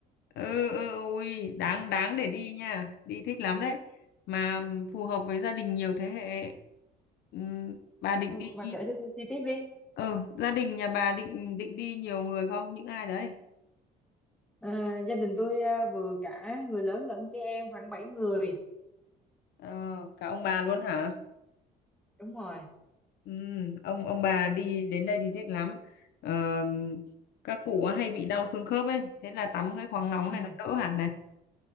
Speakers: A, on the left; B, in the centre.
A: ừ ừ ui đáng đáng để đi nha đi thích lắm đấy mà phù hợp với gia đình nhiều thế hệ Ừm, bà định
B: Ờ,
A: đi
B: Bà kể cho tôi chi tiết đi.
A: ừ gia đình nhà bà định định đi nhiều người không những ai đấy
B: À, gia đình tôi à, vừa cả người lớn lẫn trẻ em khoảng 7 người.
A: ờ, cả ông bà luôn hả
B: Đúng rồi.
A: Ừm, ông ông bà đi đến đây thì thích lắm Ờ, các cụ hay bị đau xương khớp ấy thế là tắm cái khoáng nóng
B: Ừ.
A: này nó đỡ hẳn này